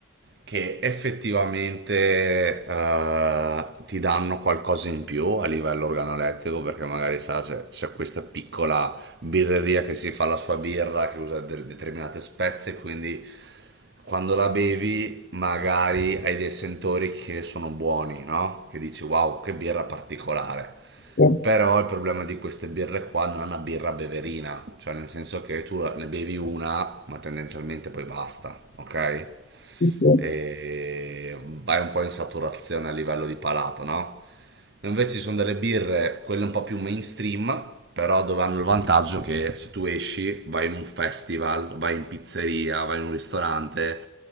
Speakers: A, on the right; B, on the left.
A: che effettivamente eh, ti danno qualcosa in più a livello organolettico, perché magari sa, se c'è questa piccola birreria che si fa la sua birra, che usa de- determinate spezie, quindi quando la bevi magari hai dei sentori che sono buoni, no? Che dici wow, che birra particolare.
B: Sì,
A: Però il problema di queste birre qua non è una birra beverina, cioè nel senso che tu ne bevi una, ma tendenzialmente poi basta, ok?
B: sì, sì.
A: E vai un po' in saturazione a livello di palato, no? Invece ci sono delle birre, quelle un po' più mainstream, però dove hanno il vantaggio che se tu esci, vai in un festival, vai in pizzeria, vai in un ristorante